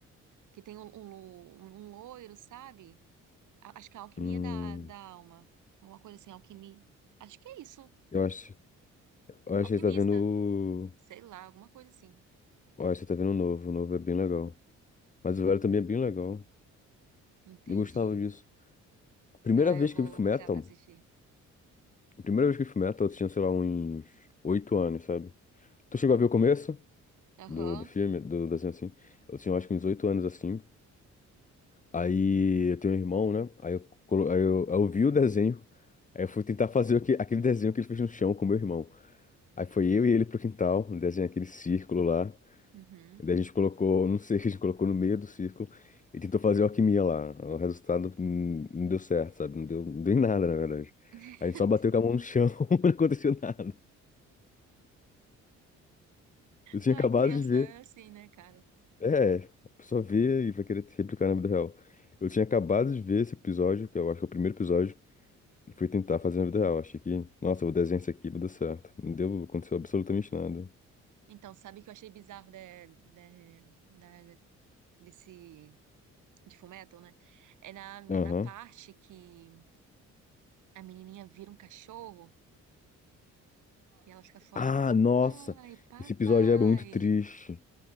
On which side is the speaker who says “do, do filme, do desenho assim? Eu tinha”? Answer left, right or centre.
Left